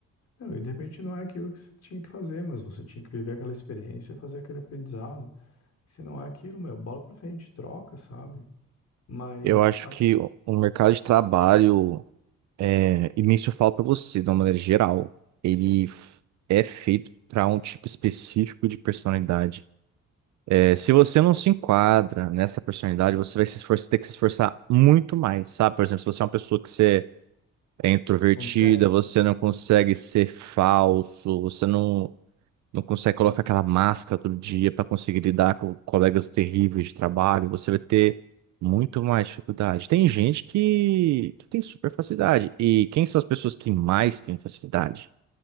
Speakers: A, on the left; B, on the right.
A: Meu, e de repente não é aquilo que você tinha que fazer, mas você tinha que viver aquela experiência, fazer aquele aprendizado. Se não é aquilo, meu, bola pra frente, troca, sabe? Mas
B: Eu acho
A: acho
B: que
A: que
B: o o mercado de trabalho, é, e nisso eu falo pra você, de uma maneira geral, ele f- é feito pra um tipo específico de personalidade. É, se você não se enquadra nessa personalidade, você vai se esforçar, ter que se esforçar muito mais, sabe? Por exemplo, se você é uma pessoa que você é introvertida,
A: contesta
B: você não consegue ser falso, você não, não consegue colocar aquela máscara todo dia para conseguir lidar com colegas terríveis de trabalho, você vai ter muito mais dificuldade. Tem gente que, que tem super facilidade. E quem são as pessoas que mais têm facilidade